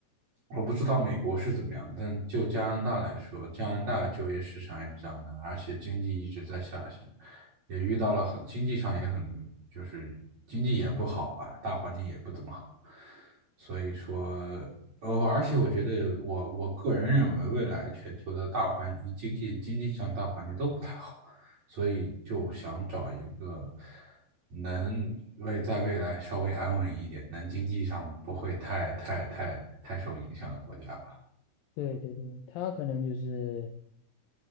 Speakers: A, on the right (about 45°); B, on the left (about 70°).
A: 我不知道美国是怎么样，但就加拿大来说，加拿大就业市场也比较难，而且经济一直在下行，也遇到了很，经济上也很，就是经济也不好吧，大环境也不怎么好，所以说，呃，而且我觉得我我个人认为，未来全球的大环经济经济上大环境都不太好。所以就想找一个能为在未来稍微安稳一点，能经济上不会太太太太受影响的国家吧。
B: 对对对，它可能就是，